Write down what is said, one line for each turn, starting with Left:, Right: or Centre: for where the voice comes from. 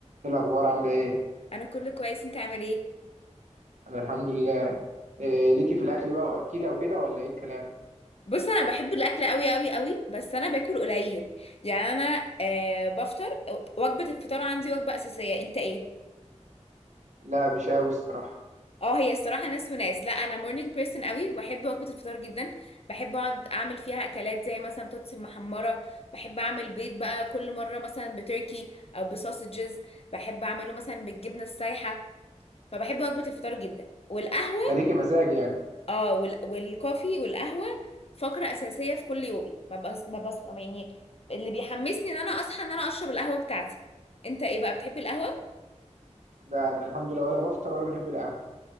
Right: ايه الاخبار عامله ايه
Left: انا كله كويس انت عامل ايه
Right: انا الحمد لله إيه ليكي في الاكل بقى واكيله وكده ولا ايه الكلام
Left: بص انا بحب الاكل قوي قوي قوي بس انا باكل قليل يعني انا آه بفطر وجبه الفطار عندي وجبه اساسيه انت ايه
Right: لا مش قوي الصراحه
Left: اه هي الصراحه ناس وناس لا انا مورنينج بيرسون قوي وبحب وجبه الفطار جدا بحب اقعد اعمل فيها اكلات زي مثلا بطاطس المحمره بحب اعمل بيض بقى كل مره مثلا بتركي او بسوسجز بحب اعمله مثلا بالجبنه السايحه فبحب وجبه الفطار جدا والقهوه
Right: ده ليكي مزاج يعني
Left: اه وال... والكوفي والقهوة فقرة أساسية في كل يومي ما بس... ما بس... يعني اللي بيحمسني ان انا اصحى ان انا اشرب القهوة بتاعتي انت ايه بقى بتحب القهوة؟
Right: ده انا الحمد لله ولا بفطر ولا بحب القهوه